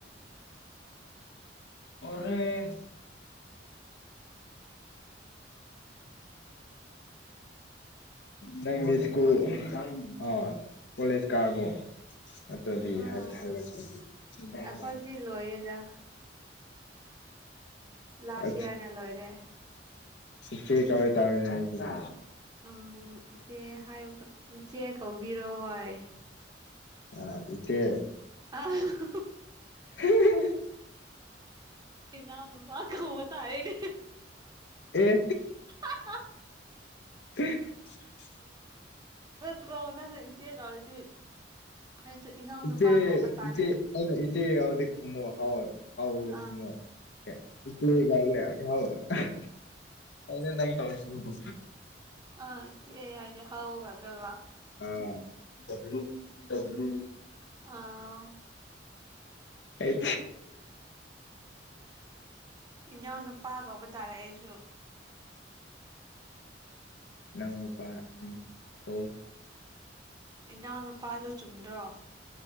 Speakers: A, on the left; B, on the right.
A: ꯑꯣꯔꯦꯁ ꯅꯪꯗꯤ ꯁ꯭ꯀꯨꯜ ꯑꯥ ꯀꯣꯂꯦꯖ ꯀꯥꯔꯕꫭ ꯑꯇꯩꯗꯒꯤ
B: ꯑꯥ
A: ꯍꯥꯏ ꯍꯥꯏꯔꯛꯄꯒꯤ
B: ꯑꯩꯈꯣꯏꯗꯤ ꯂꯣꯏꯔꯦꯗ ꯂꯥꯁ
A: ꯑ
B: ꯏꯌꯥꯔꯅ ꯂꯣꯏꯔꯦ
A: ꯁꯤꯀ ꯇꯥꯔ ꯁꯤꯗ
B: ꯎꯝ ꯏꯆꯦ ꯍꯥꯏꯕ ꯏꯆꯦ ꯀꯧꯕꯤꯔꯣ ꯍꯣꯏ
A: ꯑ ꯏꯆꯦ
B: ꯑ
A: <inaudible>
B: ꯏꯅꯥꯎ ꯅꯨꯄꯥ ꯀꯧꯕ ꯇꯥꯔꯦꯅꯦ
A: ꯑꯦ
B: <inaudible>
A: <inaudible>
B: ꯅꯠꯇ꯭ꯔꯣ ꯅꯪ ꯏꯆꯦ ꯀꯧꯔꯗꯤ ꯑꯩꯁꯨ ꯏꯅꯥꯎ ꯅꯨꯄꯥ
A: ꯏꯆꯦ
B: ꯀꯧꯕ ꯇꯥꯔꯦ
A: ꯏꯆꯦ ꯏꯆꯦ ꯑꯧꯗꯤ ꯈꯨꯝꯃꫭ ꯍꯥꯎ ꯍꯥꯎ
B: ꯑꯥ
A: ꯈꯨꯝꯃꫭ ꯏꯆꯦ ꯒꯥꯏꯌꯦ ꯍꯥꯎ ꯑꯥ ꯀꯩꯅꫭ ꯇꯧꯏꯁꯤꯕꯨ
B: ꯑꯥ ꯏꯆꯦ ꯍꯥꯎꯒꯗꫭꯏꯕ
A: ꯑ ꯗꯕꯂꯨ ꯗꯕꯂꯨ
B: ꯑꯥ
A: ꯑꯩ
B: ꯏꯅꯥꯎ ꯅꯨꯄꯥ ꯀꯧꯕ ꯇꯥꯔꯦ ꯑꯩꯁꯨ
A: ꯏꯅꯥꯎ ꯅꯨꯄꯥ ꯎꯝ ꯀꯧ
B: ꯏꯅꯥꯎꯅꯨꯄꯥꯗꯨ ꯆꯨꯝꯗ꯭ꯔꯣ